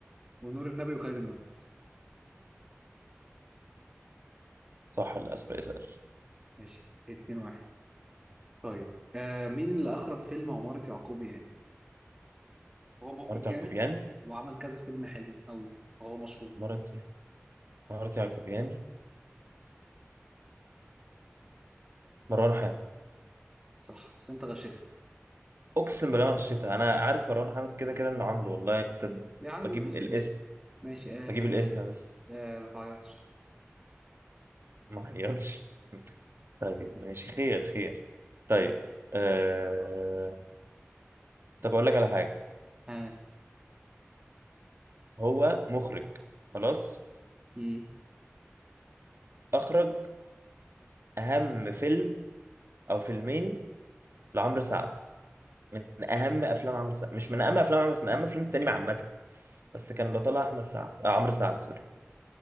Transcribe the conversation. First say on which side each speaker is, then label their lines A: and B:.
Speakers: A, on the right; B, on the right.
A: ونور النبي وخالد النبي
B: صح للاسف اسأل
A: ماشي اتنين واحد طيب آه مين اللي اخرج فيلم عمارة يعقوبيان هو مخرج
B: مرات
A: جامد
B: يعقوبيان
A: وعمل كذا فيلم حلو قوي وهو مشهور
B: مرات مرات يعقوبيان مروان حامد
A: صح بس انت غشيتها
B: اقسم بالله ما غشيتها انا عارف مروان حامد كده كده انه عامله والله كنت
A: يا عم
B: بجيب
A: ماشي
B: الاسم
A: ماشي ماشي آه
B: بجيب الاسم بس
A: آه ما تعيطش
B: ما عيطش <laughs> طيب ماشي خير خير طيب آه... طب أقول لك على حاجة
A: ها
B: هو مخرج خلاص
A: مم.
B: أخرج أهم فيلم أو فيلمين لعمرو سعد من أهم أفلام عمرو سعد مش من أهم أفلام عمرو سعد من أهم أفلام السينما عامة بس كان بطلها أحمد سعد آه عمرو سعد سوري